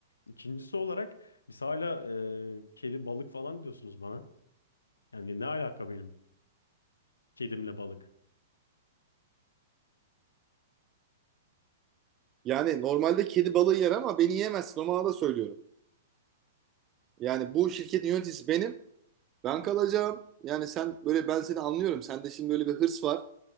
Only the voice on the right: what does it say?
Yani normalde kedi balığı yer ama beni yiyemezsin. O manada söylüyorum. Yani bu şirketin yöneticisi benim. Ben kalacağım. Yani sen böyle ben seni anlıyorum. Sende şimdi böyle bir hırs var.